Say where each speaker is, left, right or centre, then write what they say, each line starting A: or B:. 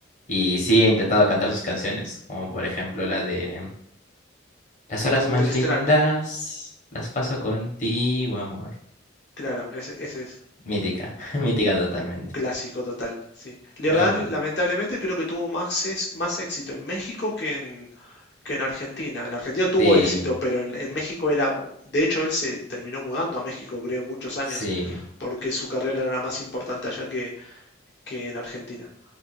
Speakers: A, on the left (about 40°); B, on the left (about 60°).
A: Y sí he intentado cantar sus canciones, como por ejemplo la de Las horas
B: Como
A: más
B: te extraña.
A: lindas las paso contigo, amor.
B: Claro, ese, ese es
A: Mítica, <laughs> mítica totalmente.
B: un clásico total. Sí. Leodán,
A: Pero bueno,
B: lamentablemente, creo que tuvo más, es- más éxito en México que en, que en Argentina. En Argentina tuvo
A: sí,
B: éxito, pero en, en México era. De hecho, él se terminó mudando a México, creo, muchos años,
A: sí,
B: porque su carrera era más importante allá que, que en Argentina.